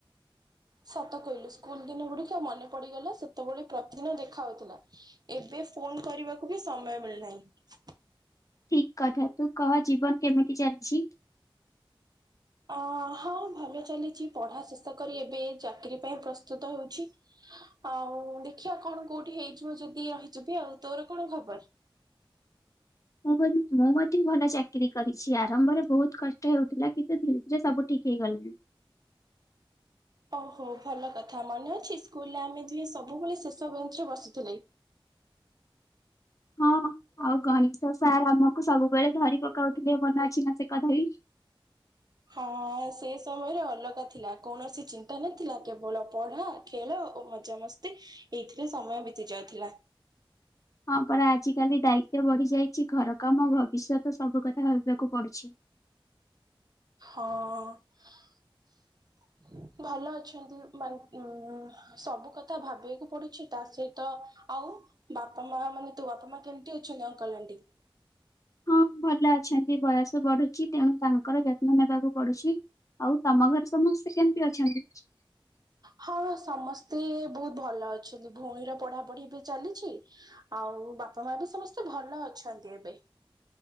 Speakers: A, on the right (about 45°); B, on the left (about 35°).
A: ସତ କହିଲୁ ସ୍କୁଲ୍ ଦିନ ଗୁଡ଼ିକ ମନେ ପଡ଼ିଗଲା ସେତେବେଳେ ପ୍ରତିଦିନ ଦେଖା ହଉଥିଲା। ଏବେ ଫୋନ କରିବାକୁ ବି ସମୟ ମିଳିନାହିଁ।
B: ଠିକ୍ କଥା ତୁ କହ ଜୀବନ କେମିତି ଚାଲିଚି?
A: ଅ ହଁ ଭଲ ଚାଲିଚି ପଢା ଶେଷ କରି ଏବେ ଚାକିରିୀ ପାଇଁ ପ୍ରସ୍ତୁତ ହେଉଚି। ଆଉ ଦେଖିଆ କଣ କୋଉଠି ହେଇଯିବ ଯଦି ରହିଯିବି ଆଉ ତୋର କଣ ଖବର?
B: ମୁଁ ମୁଁ ମଧ୍ୟ ଭଲ ଚାକିରରି କରିଛି ଆରମ୍ଭରେ ବହୁତ୍ କଷ୍ଟ ହେଉଥିଲା କିନ୍ତୁ ଧୀରେ ଧୀରେ ସବୁ ଠିକ୍ ହେଇଗଲା।
A: ଓହୋ ଭଲ କଥା ମନେ ଅଛି ସ୍କୁଲରେ ଆମେ ଦୁହେ ସବୁବେଳେ ଶେଷ ବେଞ୍ଚରେ ବସୁଥିଲେ?
B: ହଁ ଆଉ ଗଣେତ ସାର୍ ଆମକୁ ସବୁବେଳେ ଧରି ପକାଉଥିଲେ ମନ ଅଛିନା ସେକଥାବି?
A: ହଁ ସେ ସମୟରେ ଅଲଗା ଥିଲା କୌଣସି ଚିନ୍ତା ନଥିଲା କେବଳ ପଢା ଖେଳ ଓ ମଜାମସ୍ତି ଏଇଥିରେ ସମୟ ବିତି ଯାଉଥିଲା।
B: ହଁ ପରା ଆଜିକାଲି ଦାୟିତ୍ୱ ବଢି ଯାଇଚି ଘର କାମ ଭବିଷ୍ୟତ ସବୁ କଥା ଭାବିବାକୁ ପଡ଼ୁଚି।
A: ହଁ- ଭଲ ଅଛନ୍ତି ବା ଉଁ ସବୁ କଥା ଭାବିବାକୁ ପଡ଼ୁଛି ତା ସହିତ ଆଉ ବାପା ମାମା ମାନେ ତୋ ବାପା ମା କେମିତି ଅଛନ୍ତି ଅଙ୍କଲ ଆଣ୍ଟି?
B: ହଁ ଭଲ ଅଛନ୍ତି ବୟସ ବଢୁଚି ତେଣୁ ତାଙ୍କର ଯତ୍ନ ନେବାକୁ ପଡ଼ୁଚି। ଆଉ ତମ ଘରେ ସମସ୍ତେ କେମିତି ଅଛନ୍ତି?
A: ହଁ ସମସ୍ତେ ବହୁତ୍ ଭଲ ଅଛନ୍ତି ଭଉଣୀର ପଢାପଢି ବି ଚାଲିଚି ଆଉ ବାପା ମା ବି ସମସ୍ତେ ଭଲ ଅଛନ୍ତି ଏବେ।